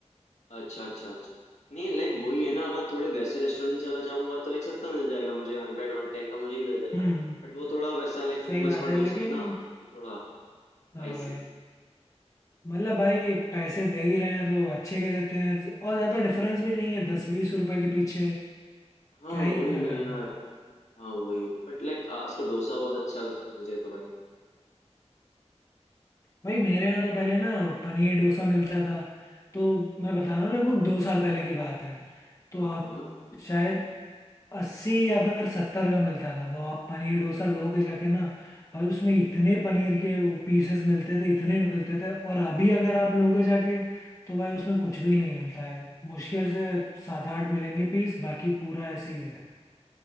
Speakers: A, on the left; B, on the left.
A: अच्छा अच्छा अच्छा नहीं लाइक वही है ना अगर थोड़े वैसे रेस्टोरेंट में चला जाऊंगा तो लाइक सस्ता मिल जाएगा मुझे हंड्रेड वन टेन का मुझे ही मिल जाएगा
B: हम्म
A: बट वो थोड़ा वैसा लाइक फेमस
B: सही बात
A: फॉर
B: है
A: डोसा
B: लेकिन
A: है ना तो थोड़ा प्राइसी
B: हाँ भाई मतलब भाई पैसे दे ही रहे हैं तो अच्छे के देते हैं और ज्यादा डिफरेंस भी नहीं है दस बीस रुपए के पीछे
A: हाँ
B: क्या ही
A: वही
B: इतना
A: ना यार
B: करना है
A: हाँ वही बट लाइक उसका डोसा बहुत अच्छा लगता है मुझे तो भाई
B: भाई मेरे यहाँ तो पहले ना पनीर डोसा मिलता था तो मैं बता रहा हूँ लगभग दो साल पहले की बात है तो
A: हाँ
B: आप
A: हाँ
B: शायद अस्सी या फिर सत्तर का मिलता था तो आप पनीर डोसा लोगे जाके ना भाई उसमें इतने पनीर के पीसेस मिलते थे इतने मिलते थे और अभी अगर आप लोगे जाके तो भाई उसमें कुछ भी नहीं मिलता है मुश्किल से सात आठ मिलेंगे पीस बाकी पूरा ऐसे ही है